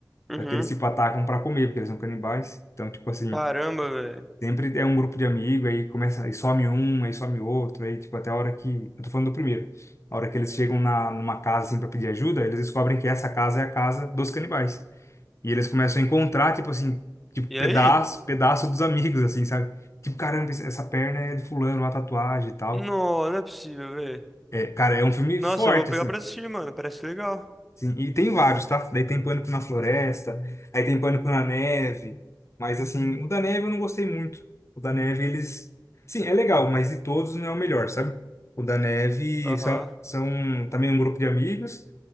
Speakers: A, in the centre; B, on the left.
A: Uhum.
B: Só que eles tipo atacam pra comer, porque eles são canibais. Então, tipo assim,
A: Caramba, velho.
B: Sempre é um grupo de amigo, aí começa, aí some um, aí some outro, aí tipo, até a hora que. Eu tô falando do primeiro. A hora que eles chegam na, numa casa assim pra pedir ajuda, eles descobrem que essa casa é a casa dos canibais. E eles começam a encontrar, tipo assim, tipo,
A: E
B: pedaço,
A: aí?
B: pedaço dos amigos, assim, sabe? Tipo, caramba, esse- essa perna é de fulano, uma tatuagem e tal.
A: Não, não é possível, velho.
B: É, cara, é um filme
A: Nossa,
B: forte,
A: eu vou pegar
B: assim.
A: pra assistir, mano. Parece legal.
B: Sim, e tem vários, tá? Daí tem Pânico na Floresta, aí tem Pânico na Neve, mas assim, o da Neve eu não gostei muito. O da Neve, eles. Sim, é legal, mas de todos não é o melhor, sabe? O da Neve
A: Aham.
B: são, são também um grupo de amigos,